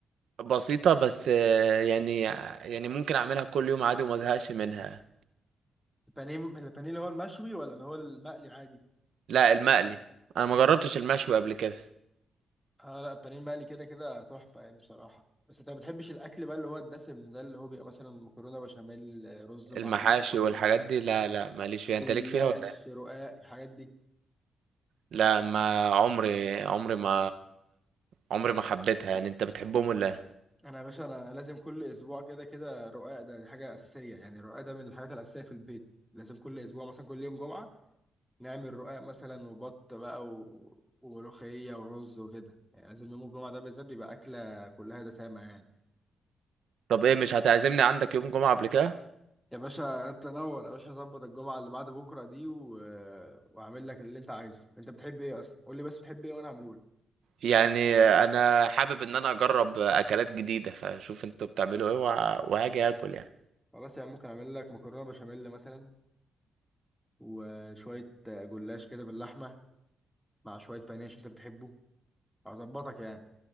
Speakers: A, on the right; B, in the centre.
A: بسيطة بس آه، يعني يعني ممكن أعملها كل يوم عادي وما أزهقش منها
B: البانيه البانيه اللي هو المشوي ولا اللي هو المقلي عادي
A: لا المقلي أنا ما جربتش المشوي قبل كده
B: اه لا البانيه المقلي كده كده تحفه يعني بصراحه بس انت ما بتحبش الاكل بقى اللي هو الدسم ده اللي هو بيبقى مثلا مكرونه بشاميل آه، رز معمر
A: المحاشي والحاجات دي لا لا ماليش فيها
B: جلاش
A: انت ليك فيها ولا ايه؟
B: رقاق الحاجات دي
A: لا ما عمري عمري ما عمري ما حبيتها يعني انت بتحبهم ولا ايه
B: انا يا باشا انا لازم كل اسبوع كده كده رقاق ده دي حاجه اساسيه يعني الرقاق ده من الحاجات الاساسيه في البيت لازم كل اسبوع مثلا كل يوم جمعه نعمل رقاق مثلا وبط بقى و... وملوخيه ورز وكده يعني لازم يوم الجمعه ده بالذات يبقى اكله كلها دسامه يعني
A: طب ايه مش هتعزمني عندك يوم جمعة قبل كده
B: يا باشا تنور يا باشا هظبط الجمعه اللي بعد بكره دي و... واعمل لك اللي انت عايزه انت بتحب ايه اصلا قول لي بس بتحب ايه وانا اعمله لك
A: يعني انا حابب ان انا اجرب اكلات جديدة فشوف انتوا بتعملوا ايه وه- وهاجي اكل يعني
B: خلاص يعني ممكن اعمل لك مكرونه بشاميل مثلا وشويه جلاش كده باللحمه مع شوية بانيه عشان انت بتحبه هظبطك يعني